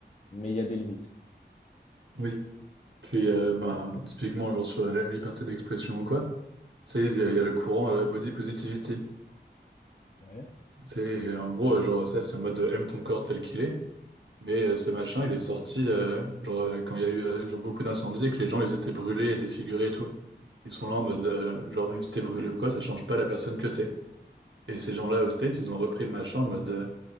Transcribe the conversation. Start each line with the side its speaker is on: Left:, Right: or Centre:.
Left: mais il y a des limites.
Right: Oui. Puis, euh, ben, bon, typiquement, genre sur la, la liberté d'expression ou quoi, tu sais, il y, a il y a le courant euh, body positivity.
Left: Ouais.
Right: Tu sais, et en gros, euh, genre ça, c'est en mode euh, aime ton corps tel qu'il est. Mais euh, ce machin, il est sorti euh, genre, euh, quand il y a eu euh, genre, beaucoup d'incendies et que les gens ils étaient brûlés et défigurés et tout. Ils sont là en mode, euh, genre même si t'es brûlé ou quoi, ça change pas la personne que t'es. Et ces
Left: Et
Right: gens-là
Left: qui
Right: au States, ils ont repris le machin en mode, euh,